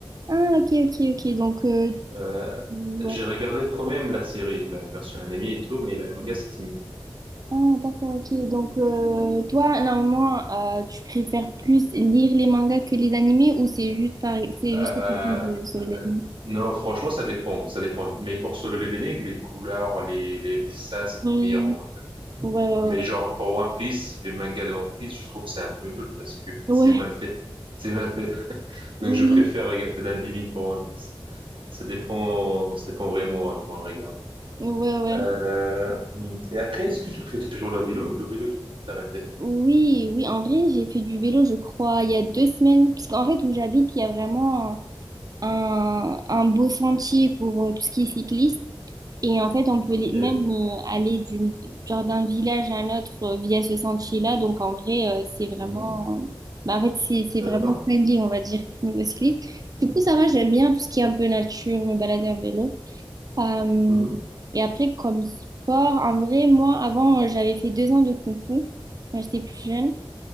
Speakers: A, on the right (about 40°); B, on the right (about 65°).
A: Ah, ok, ok, ok. Donc, euh,
B: Euh,
A: ouais.
B: j'ai regardé quand même la série, la version animée et tout, mais la manga c'était mieux.
A: Ah, d'accord, ok. Donc, euh, toi, normalement, euh, tu préfères plus lire les mangas que les animés, ou c'est juste pareil, c'est
B: Euh,
A: juste que tu viens de sur
B: euh,
A: les
B: non, franchement, ça dépend, ça dépend. Mais pour Solo Leveling, les couleurs, les, les dessins, c'était
A: animés?
B: meilleur en manga.
A: Ouais, ouais,
B: Mais genre pour One Piece, les mangas de One Piece, je trouve que c'est un peu nul parce que <laughs>
A: ouais,
B: c'est mal fait, c'est mal fait. <laughs>
A: Ouais,
B: Donc je
A: oui,
B: préfère regarder l'anime pour One Piece. Ça dépend, ça dépend vraiment à quoi on regarde.
A: ouais, ouais,
B: Euh, et après, est-ce que tu fais toujours le vélo, le vélo, tout arrêté?
A: oui, oui, en vrai, j'ai fait du vélo, je crois, il y a deux semaines, parce qu'en fait, où j'habite, il y a vraiment un, un beau sentier pour euh, tout ce qui est cycliste, et en fait, on peut
B: Ok.
A: les- même euh, aller d'une, genre d'un village à un autre euh, via ce sentier-là, donc en vrai, euh, c'est vraiment,
B: Mhm.
A: bah, en fait, c'est, c'est
B: Intéressant.
A: vraiment friendly, on va dire, niveau cycliste.
B: Mhm.
A: Du coup, ça va, j'aime bien tout ce qui est un peu nature, me balader en vélo. Euh,
B: Mhm.
A: et après, comme sport, en vrai, moi, avant, euh, j'avais fait deux ans de kung-fu quand j'étais plus jeune.